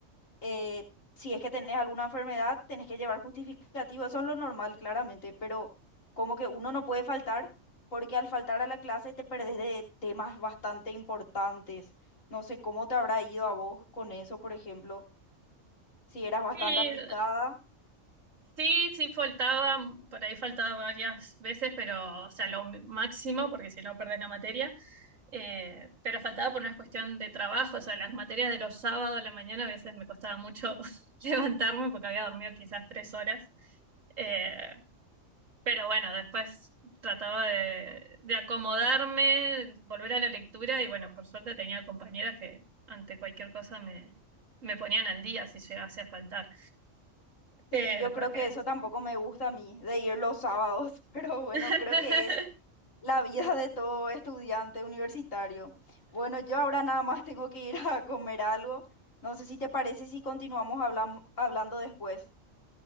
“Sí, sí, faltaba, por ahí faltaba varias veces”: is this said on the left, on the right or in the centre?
Right